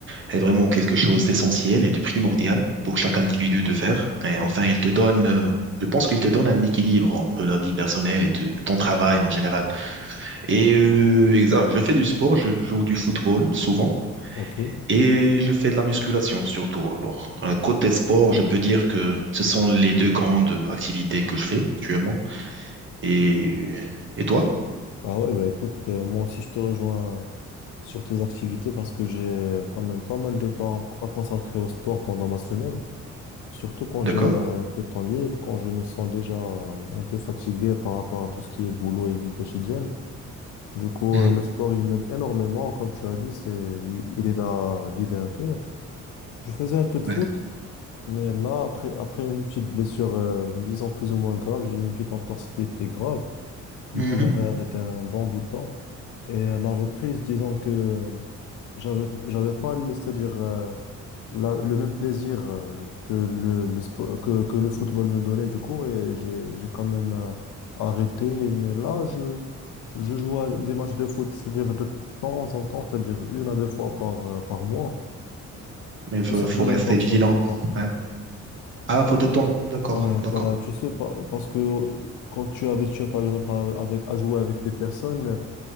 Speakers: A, on the right; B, on the left.
A: est vraiment quelque chose d'essentiel et de primordial pour chaque individu de faire. Et enfin,
B: D'accord,
A: il te donne, euh, je pense qu'il te donne un équilibre entre la vie personnelle et, te- et ton travail en général. Et euh, exact, je fais du sport, je joue du football souvent.
B: ok.
A: Et je fais de la musculation surtout. Alors, euh, côté sport, je peux dire que ce sont les deux grandes activités que je fais actuellement. Et, et toi?
B: Ah ouais, bah écoute, euh, moi aussi, je te rejoins sur tes activités parce que j'ai quand même pas mal de temps à à consacrer au sport pendant ma semaine. Surtout quand
A: D'accord?
B: j'ai euh, un peu de temps libre, quand je me sens déjà un peu fatigué par rapport à tout ce qui est boulot et vie quotidienne. Du coup,
A: Mhm.
B: euh, le sport, il m'aide énormément. Comme tu as dit, c'est, il, il aide à vider un peu. Je faisais un peu de
A: Ouais.
B: foot, mais là, après, après une petite blessure, euh, disons plus ou moins grave, j'ai eu une petite entorse qui était grave.
A: Mhm.
B: Du coup, j'avais arrêté un bon bout de temps. Et à la reprise, disons que euh, j'avais, j'avais pas, laissé dire la- le même plaisir euh, que le, le spo- que, que le football me donnait du coup et j'ai j'ai quand même euh, arrêté mais là je je joue à des matchs de foot c'est-à-dire de temps en temps c'est-à-dire une à deux fois par euh, par mois
A: Il faut,
B: tout simplement
A: faut rester
B: par
A: vigilant.
B: faute de temps
A: Ouais. Ah, faut de temps. D'accord,
B: ouais
A: d'accord.
B: bah tu sais pas parce que quand tu es habitué par exemple à, avec à jouer avec des personnes